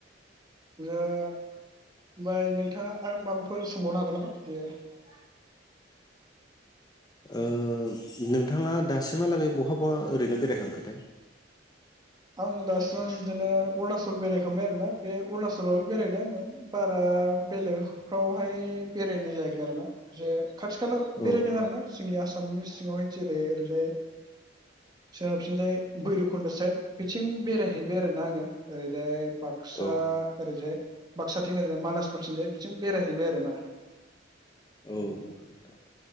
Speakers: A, on the right (about 25°); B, on the left (about 20°).
A: <unintelligible> बाय नोंथाङा आरो माबाफोर सोंबावनो हागोन? गौ नामा ओ
B: ओ नोंथाङा दासिमहालागै बहा बहा ओरैनो बेरायखांखोथाय?
A: आङो दासिम बिदिनो अरुणाचल बेरायखांबाय आरोना बे अरुणाचलावनो बेरायदों बारा बेलेगफ्रावहाय बेरायनाय जायाखै आरोना जे खाथि खालायाव
B: औ
A: बेरायदों आरोना जोंनि आसामिस ओ जेरै ओरैजाय ओ बिथिंजाय भैरबखुन्द साइड, बिथिं बेरायहैबाय आरोना आङो ओरैजाय, बाक्सा
B: औ
A: ओरैजाय बाक्साथिं ओरैजाय मानासफोरथिंजाय बिथिं बेरायहैबाय आरोना।
B: औ नोंथां।